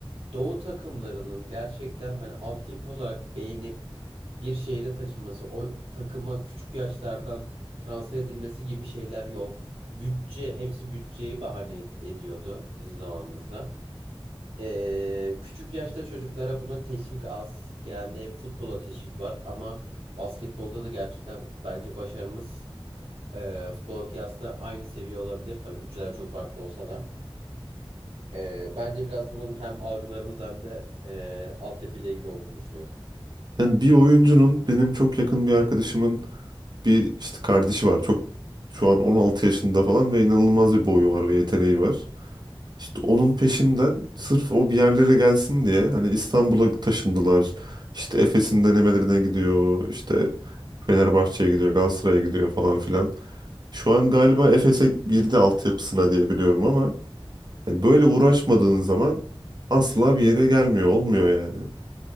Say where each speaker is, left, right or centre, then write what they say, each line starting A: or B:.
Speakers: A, on the right; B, on the right.
A: Doğu takımlarının gerçekten hani altyapı olarak beğenip bir şehre taşınması, o takıma küçük yaşlardan transfer edilmesi gibi şeyler yok. Bütçe, hepsi bütçeyi bahane ed- ediyordu bizim zamanımızda. Ee, küçük yaşta çocuklara bunu teşvik az. Genelde hep futbola teşvik var ama basketbolda da gerçekten bence başarımız e, futbola kıyasla aynı seviye olabilir. Tabii bütçeler çok farklı olsa da. Ee, bence biraz bunun hem algılarımız hem de e, altyapıyla ilgili olduğunu düşünüyorum.
B: Yani bir oyuncunun benim çok yakın bir arkadaşımın bir işte kardeşi var. Çok şu an 16 yaşında falan ve inanılmaz bir boyu var ve yeteneği var. İşte onun peşinden sırf o bir yerlere gelsin diye hani İstanbul'a taşındılar. İşte Efes'in denemelerine gidiyor. işte Fenerbahçe'ye gidiyor, Galatasaray'a gidiyor falan filan. Şu an galiba Efes'e girdi altyapısına diye biliyorum ama yani böyle uğraşmadığın zaman asla bir yere gelmiyor, olmuyor yani.